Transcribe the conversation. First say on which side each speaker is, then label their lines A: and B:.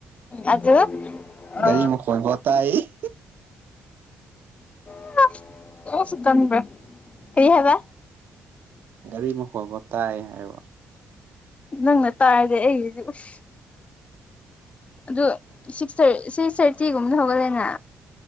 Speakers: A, on the left; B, on the right.
A: ꯑꯗꯨ ꯑ
B: ꯒꯥꯔꯤ ꯃꯈꯣꯟꯐꯥꯎ ꯇꯥꯏ <unintelligible>
A: <unintelligible> ꯀꯔꯤ ꯍꯥꯏꯕ
B: ꯒꯥꯔꯤ ꯃꯈꯣꯟꯐꯧ ꯇꯥꯏ ꯍꯥꯏꯕ
A: ꯅꯪꯅ ꯇꯥꯔꯗꯤ ꯑꯩꯒꯤꯗꯤ ꯎꯁ ꯑꯗꯨ ꯁꯤꯛꯁ ꯊꯔ ꯁꯤꯛꯁ ꯊꯥꯔꯇꯤꯒꯨꯝꯅ ꯍꯧꯒꯠꯂꯦꯅꯥ